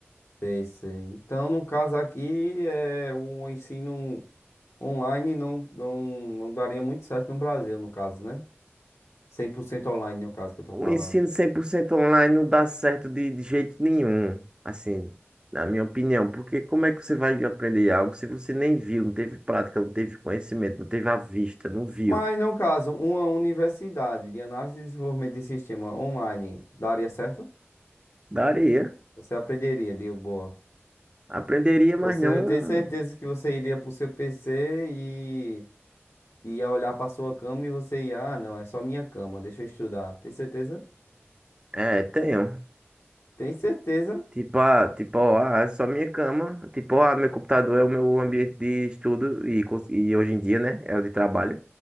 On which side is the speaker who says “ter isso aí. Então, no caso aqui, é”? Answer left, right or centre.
Left